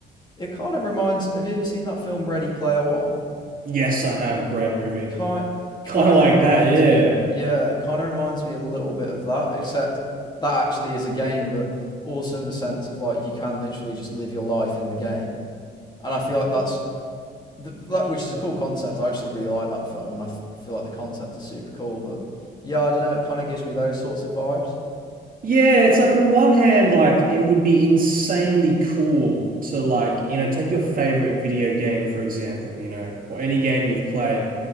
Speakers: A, on the left; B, on the right.
A: It kind of reminds. Have you ever seen that film Ready Player One?
B: Yes, I have. Great movie.
A: Kind
B: <laughs>
A: kind
B: Kind of like
A: of reminds
B: that. Yeah.
A: me. Yeah, it kind of reminds me a little bit of that, except that actually is a game, but also in the sense of like you can literally just live your life in the game, and I feel like that's that which is a cool concept. I actually really like that film, and I feel like the concept is super cool. But yeah, I don't know. It kind of gives me those sorts of vibes.
B: Yeah, it's like on one hand, like it would be insanely cool to like, you know, take your favorite video game, for example, you know, or any game you've played.